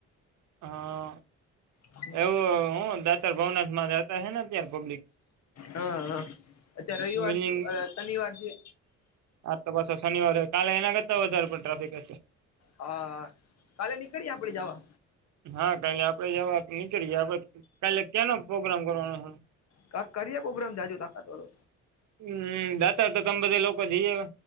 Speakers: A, on the right (about 70°); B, on the left (about 60°).
A: હા.
B: હ
A: એવું હું દાતાર ભવનાથમાં જતા છે ને અત્યારે પબ્લિક
B: હા હા. અચ્છા રવિવાર
A: બિલ્ડિંગ
B: છે શનિવાર છે.
A: હા તો પાછો શનિવારે કાલે એના કરતા વધારે પણ ટ્રાફિક હશે.
B: હા કાલે નીકળીએ આપણેે જવા
A: હા કાલે આપડે જવા તો નીચળીએ આપડ કાલે ક્યાંનો પ્રોગ્રામ કરવાનો છે.
B: ક કરીએ પ્રોગ્રામ જાજો તાકાતળો.
A: હમ દાતા તો તમે બધા લોકો જઈએ